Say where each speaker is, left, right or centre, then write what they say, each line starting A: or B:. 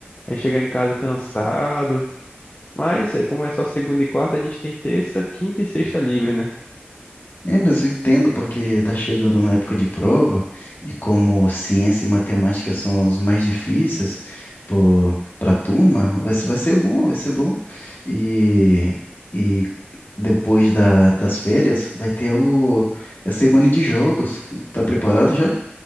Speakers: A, on the left; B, on the left.
A: aí chegar em casa cansado. Mas é, como é só segunda e quarta, a gente tem terça, quinta e sexta livre, né?
B: é, mas eu entendo porque tá chegando na época de prova e como ciência e matemática são os mais difíceis pro- pra turma, vai, ser- vai ser bom, vai ser bom. E, e depois da- das férias vai ter o, a semana de jogos. Tá preparado já?